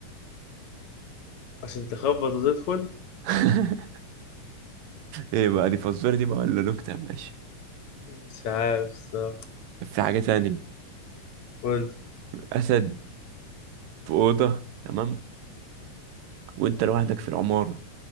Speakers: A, on the left; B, on the right.
A: عشان تخبط وتدخل
B: <laughs> ايه بقى دي فزوره دي بقى ولا نكته يا باشا
A: مش عارف الصراحة
B: في حاجه تانية
A: قول
B: اسد في اوضه تمام وانت لوحدك في العماره